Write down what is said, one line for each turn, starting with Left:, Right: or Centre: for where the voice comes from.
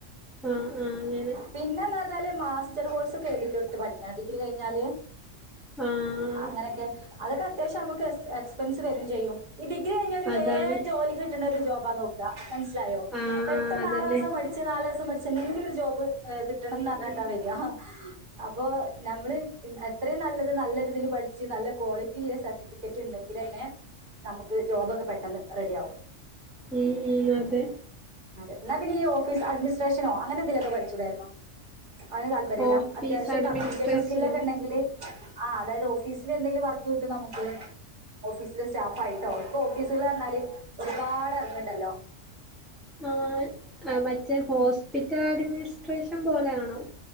Centre: ആഹ് ആഹ് അങ്ങനെ
Right: പിന്നെന്നാർ ഞ്ഞാല് മാസ്റ്റർ കോഴ്സ് ഒക്കെ എഴുതിട്ടൊട്ത്ത് പഠിക്കണം ഡിഗ്രി കഴിഞ്ഞാല്
Centre: ആഹ്
Right: അങ്ങനെക്കെ അതൊക്കെ അത്യാവശ്യം അമുക്ക് എസ് എക്സ്പെൻസ് വരും ചെയ്യും ഈ ഡിഗ്രി കഴിഞ്ഞൊരു
Centre: അതാണ്
Right: വേഗം ജോലി കിട്ട്ണൊരു ജോബാ നോക്ക മൻസ്സിലായോ.
Centre: ആഹ്
Right: പെട്ടെന്ന്
Centre: ആഹ് അതന്നെ
Right: ആറാസം പഠിച്ച് നാ ല് മാസം പഠിച്ച് എന്തെങ്കിലും ഒരു ജോബ് ഏഹ് കിട്ടണംന്ന്
Centre: ഉം
Right: പറഞ്ഞിട്ടാ
Centre: ഉം
Right: വരാ അപ്പൊ നമ്മള് അത്രയും നല്ലത് നല്ല രീതിൽ പഠിച്ച് നല്ല ക്വാളിറ്റി ഉള്ള സർട്ടിഫിക്കറ്റ് ഉണ്ടെങ്കിൽ തന്നെ നമുക്ക് ജോബൊക്കെ പെട്ടെന്ന് റെഡി ആവും
Centre: ഉം ഉം അതെ
Right: അതെ എന്നാ പിന്നെ ഈ ഓഫീസ് അഡ്മിനിസ്ട്രേഷനോ അങ്ങന എന്തേലൊക്കെ പടിച്ചൂടാരുന്നോ അതിന് താല്പര്യം ഇല്ല
Centre: ഓഫീസ്
Right: അത്യാവശ്യം
Centre: അഡ്മിനിസ്ട്രേഷനോ
Right: കമ്മ്യൂണിക്കേഷൻ സ്കില്ലൊക്കെ ഉണ്ടെങ്കില് ആഹ് അതായത് ഓഫീസില് എന്തെങ്കിലും വർക്ക് കിട്ടും നമുക്ക് ഓഫീസിലെ സ്റ്റാഫ് ആയിട്ടോ ഇപ്പ ഓഫീസുകൾ പറഞ്ഞാല് ഒരുപാട് ഇറങ്ങുന്നുണ്ടല്ലോ
Centre: ആഹ് മറ്റേ ഹോസ്പിറ്റൽ അഡ്മിനിസ്ട്രേഷൻ പോലെയാണോ